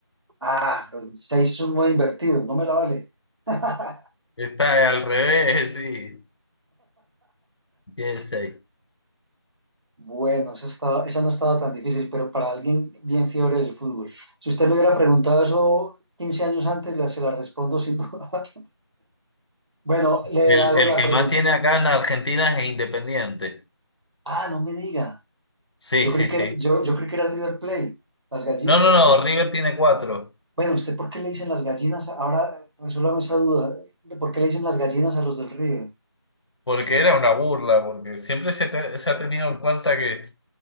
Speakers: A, on the right; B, on the left.
A: Ah, seis es un nueve invertido, no me la vale. <laughs>
B: Está al revés, <laughs> sí. Tiene seis.
A: Bueno, esa, estaba- esa no estaba tan difícil, pero para alguien bien fiebre del fútbol. Si usted le hubiera preguntado eso 15 años antes, la- se la respondo sin duda. <laughs> Bueno, le
B: El,
A: hago
B: el
A: la
B: que
A: pregunta.
B: más tiene acá en Argentina es Independiente.
A: Ah, no me diga.
B: Sí,
A: Yo
B: sí,
A: creí que,
B: sí.
A: yo, yo creí que era River Plate. Las gallinas,
B: No,
A: ¿ustedes
B: no, no,
A: por-
B: River tiene cuatro.
A: bueno, ¿usted por qué le dicen las gallinas? Ahora resuélvame esa duda. ¿Por qué le dicen las gallinas a los del River?
B: Porque era una burla, porque siempre se, te- se ha tenido en cuenta que,